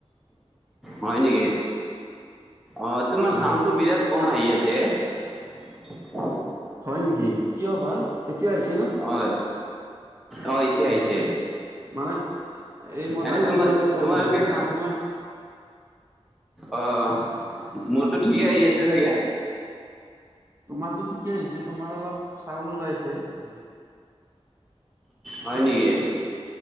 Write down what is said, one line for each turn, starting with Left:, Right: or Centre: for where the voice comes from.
Centre: হয় নেকি? অ' তোমাৰ
Right: হয়
Centre: চাউণ্ডটো
Right: হয়
Centre: বিৰাট কম আহি আছে হে'?
Right: হয় নেকি কিয় বা এতিয়া আহিছে নে?
Centre: অ অ' এতিয়া আহিছে।
Right: মানে এই মই
Centre: এনে
Right: ডাঙৰ
Centre: তোমাৰ
Right: ডাঙৰকে ক'ব
Centre: তোমালোকে
Right: লাগে মানে
Centre: খা
Right: তোমাৰ
Centre: অ' মোৰতো ঠিকে আহি আছে চাগে?
Right: তোমাৰতো ঠিকে আহিছে তোমাৰ অলপ চাউন ওলাই আছে হে।
Centre: হয় নেকি? এ